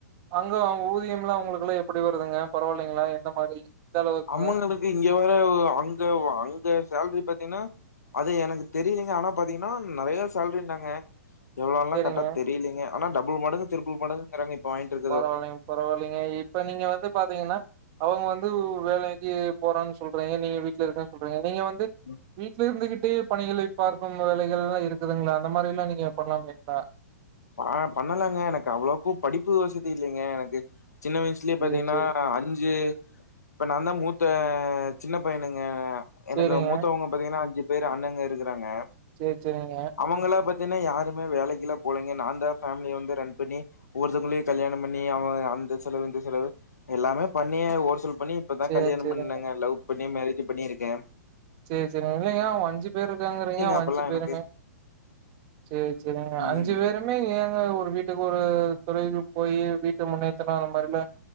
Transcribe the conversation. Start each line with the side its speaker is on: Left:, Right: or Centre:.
Right: அங்க ஊதியம்லா உங்குளுக்குல்லா எப்புடி வருதுங்க பரவால்லிங்ளா எந்த மாரி எந்த அளவுக்குங்க?
Left: அம்முங்கரவ்களுக்குக் இங்க வேற அங்க அங்க சேல்ரி பாத்தீங்ன்னா அது எனக்கு தெரிய்லீங்க ஆனா பாத்தீங்கன்னா நறைய சேல்ரின்னாங்க எவ்ளோன்லா
Right: சேரிங்க
Left: கர்ட்டா தெரியீலிங்க அனா டபுள் மடங்கு திரிபுள் மடங்கு கிறாங்க இப்ப வாங்கிட்டு இருக்
Right: பரவால்லைங்க பரவால்லிங்க இப்ப நீங்க வந்து பாத்தீங்கன்னா அவுங்க வந் வந்து வேலைக்கு போறான் சொல்றீங்க நீங்க வீட்டுல இருக்கன் சொல்றீங்க நீங்க வந்து
Left: ம்
Right: வீட்ல இருந்துகிட்டு பணிகளை பார்க்கும் வேலைகள்ல்லா இருக்குதுங்ளா அந்த மாரில்லா நீங்க பண்லாமேங்க்கா
Left: அ பண்ணு லாங்க எனக்கு அவ்ளோக்கு படிப்பு வசதி இல்லங்க எனக்கு சின்ன வயஸ்லே
Right: சேரி
Left: பாத்தீங்கன்னா அஞீசு ப்ப நாந்தா மூத்த சின்ன பையனுங்க எனக்கு
Right: சேரிங்க
Left: மூத்தவுங்க பாத்தீங்கன்னா அஞ்சு பேரு அண்ணங்க இருக்குறாங்க
Right: சேர் செரிங்க
Left: அவுங்களா பாத்தின்னா யாருமே வேலைக்குல்லா போலங்க நாந்தா ஃபேமிலிய வந்து ரன் பண்ணி ஒர்த்தவங்களயு கல்யாணம் பண்ணி அவ அந்த செலவு இந்த செலவு எல்லாமே பண்ணி ஒர் சில் பண்ணி இப்பத
Right: சேரி
Left: கல்யாணம்
Right: சேரி
Left: பண்ணங்க லவ் பண்ணி மேரேஜ் பண்ணிருக்கெ
Right: சேர் சேரிங்க இல்லங்க அவுங்க அஞ்சு பேரு இருக்காங்கறீங்க அவுங்க
Left: அப்பெல்லா
Right: அஞ்சு பேருமே
Left: எனக்கு
Right: சேர் செரிங்க
Left: ம்
Right: அஞ்சு பேரும் அனா ஏங்க ஒரு வீட்டுக்கு ஒரு தொழிலுக்கு போயி வீட்ட முன்னேத்தனு அந்த மாரில்லா